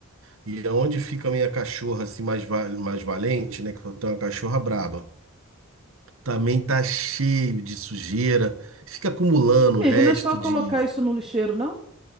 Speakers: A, on the right; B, on the right.
A: E aonde fica a minha cachorra assim mais, va- mais valente, né? Que eu tenho uma cachorra braba. Também tá cheio de sujeira, fica acumulando
B: amigo,
A: o resto
B: não é só colocar
A: de.
B: isso no lixeiro, não?